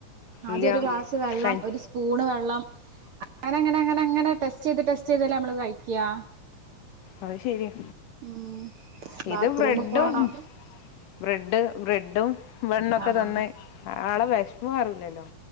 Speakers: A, on the right; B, on the left.
A: ആദ്യ
B: ഇല്ല
A: ഒരു ഗ്ലാസ് വെള്ളം
B: കഞ്ഞി
A: ഒര് സ് പൂണ് വെള്ളം അങ്ങനെ അങ്ങനെ അങ്ങനെ അങ്ങനെ ടെസ്റ്റെയ്ത് ടെസ്റ്റെയ്തല്ലേ അമ്മള് കഴിക്ക്യാ
B: അഹ് ശരിയാ
A: ഉം ബാത്റൂമ്
B: ഇത് ബ്രെഡും
A: പോണം
B: ഉം ബ്രെഡ് ബ്രെഡും ബെണ്ണൊക്കെ
A: ആഹ്
B: തന്ന് ആ ആളെ വെശ്പ്പ് മാറൂല്ലല്ലോ